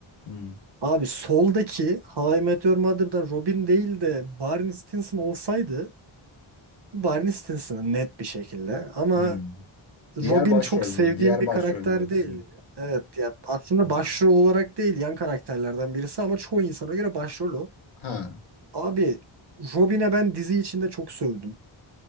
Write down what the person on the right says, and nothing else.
Abi soldaki How I Met Your Mother'da Robin değil de Barney Stinson olsaydı bu Barney Stinson'ın net bir şekilde. Ama
Robin
çok sevdiğim
bir
karakter
değil. Evet ya aslında
başrol olarak değil yan karakterlerden birisi ama çoğu insana göre başrol o.
Abi Robin'e ben dizi içinde çok sövdüm.